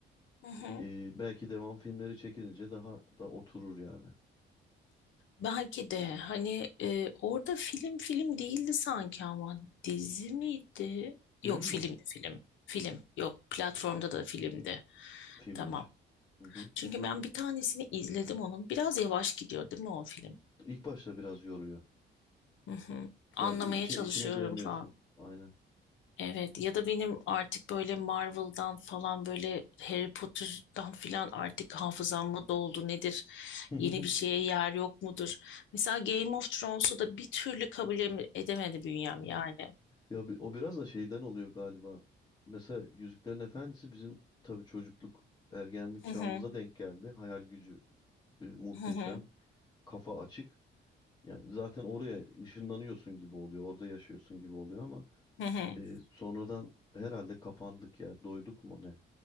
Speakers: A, on the left; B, on the left.
A: Hı hı.
B: Ee, belki devam filmleri çekilince daha da oturur yani.
A: Belki de hani e, orada film film değildi sanki ama dizi miydi? Yok
B: Düğün mü?
A: filmdi film. Film yok platformda da filmdi.
B: Filmdir.
A: Tamam.
B: Hı hı.
A: Çünkü ben bir tanesini izledim onun. Biraz yavaş gidiyor değil mi o film?
B: İlk başta biraz yoruyor.
A: Hı hı. Anlamaya
B: Yani i- içi-
A: çalışıyorum
B: içine giremiyorsun.
A: falan.
B: Aynen.
A: Evet ya da benim artık böyle Marvel'dan falan böyle Harry Potter'dan filan artık hafızam mı doldu nedir?
B: <laughs>
A: Yeni bir şeye yer yok mudur? Mesela Game of Thrones'u da bir türlü kabul em- edemedi bünyem yani.
B: Ya bi- o biraz da şeyden oluyor galiba. Mesela Yüzüklerin Efendisi bizim tabii çocukluk, ergenlik çağımıza
A: Hı hı,
B: denk geldi. Hayal gücü e, muhteşem,
A: hı hı,
B: kafa açık. Yani zaten oraya ışınlanıyorsun gibi oluyor, orada yaşıyorsun gibi oluyor ama
A: hı hı.
B: e, sonradan herhalde kapandık ya, doyduk mu ne?